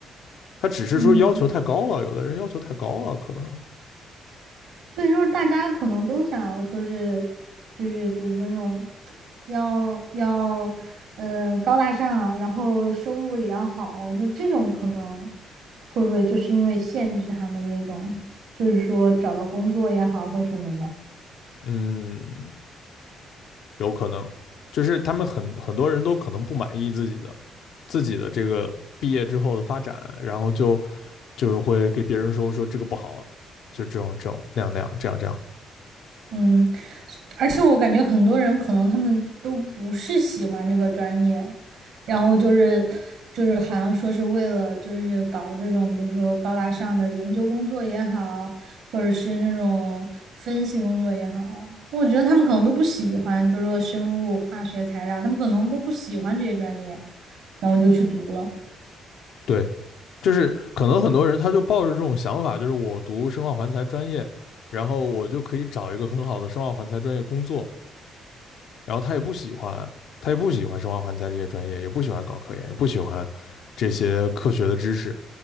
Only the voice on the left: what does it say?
他只是说要求太高了，
有的人要求太高了，可能，
嗯，有可能，就是他们很很多人都可能不满意自己的自己的这个毕业之后的发展，然后就就是会给别人说说这个不好，就这种这种那样那样这样这样，
对，就是可能很多人他就抱着这种想法，就是我读生化环材专业。然后我就可以找一个很好的生化环材专业工作，然后他也不喜欢，他也不喜欢生化环材这些专业，也不喜欢搞科研，也不喜欢这些科学的知识，